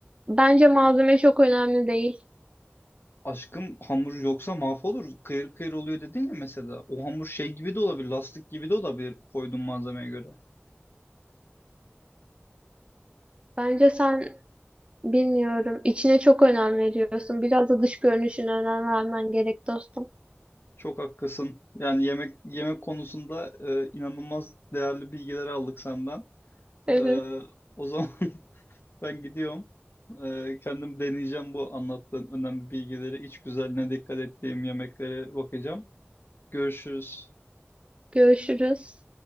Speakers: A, on the right (about 25°); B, on the left (about 60°).
A: bence malzeme çok önemli değil.
B: Aşkım hamur yoksa mahvolur. Kıyır kıyır oluyor dedin ya mesela. O hamur şey gibi de olabilir, lastik gibi de olabilir koyduğun malzemeye göre.
A: Bence sen Bilmiyorum. İçine çok önem veriyorsun. Biraz da dış görünüşüne önem vermen gerek dostum.
B: Çok haklısın. Yani yemek yemek konusunda e, inanılmaz değerli bilgiler aldık senden.
A: Evet.
B: Ee, o zaman <laughs> ben gidiyorum. Ee, kendim deneyeceğim bu anlattığın önemli bilgileri, iç güzelliğine dikkat ettiğim yemeklere bakacağım. Görüşürüz.
A: Görüşürüz.